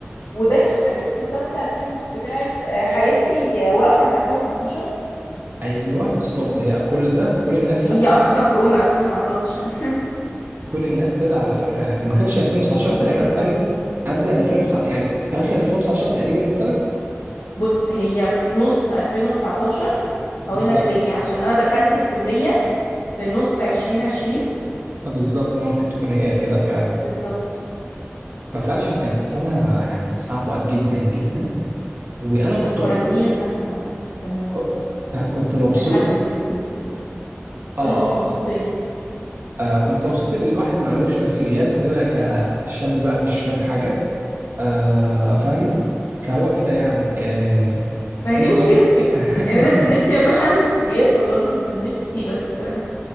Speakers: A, on the left; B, on the right.
A: ودايما فاكر البوستات بتاعت فيسبوك بتاعت آه، حياتي آه، واقفة من 2019
B: ايوه ستوب هي كل ده كل الناس
A: هي
B: حتى
A: أصلا
B: انا
A: كورونا 2019 <laughs>
B: كل الناس كده على فكره يعني ما كانتش 2019
A: الموضوع
B: تقريبا
A: ده غريب
B: يعني كان
A: قوي
B: قبل 2019 يعني في اخر 2019 تقريبا مثلا
A: بص هي نص 2019 هقول
B: بالظبط
A: لك ليه عشان أنا دخلت الكلية في نص 2020
B: بالظبط ممكن تكون هي كده فعلا
A: بالظبط
B: ففعلا كانت سنه يعني صعبه جدا جدا وانا كنت
A: الكورانتين
B: مبسوط
A: كان آه، كان موت
B: ك- كنت مبسوط
A: الحجز اللي كنا في البيت
B: اه
A: قول لي كنت
B: اه
A: مبسوط بإيه
B: آه، آه، كنت مبسوط ان الواحد معلوش مسؤوليات وكده كشاب بقى مش فاهم حاجه آه فاهمه فهو كده يعني آه
A: ما هي
B: انت
A: دي مشكلتي
B: برضه <laughs>
A: ان انا كان نفسي ميبقاش عندي مسؤوليات والله كان نفسي بس الموضوع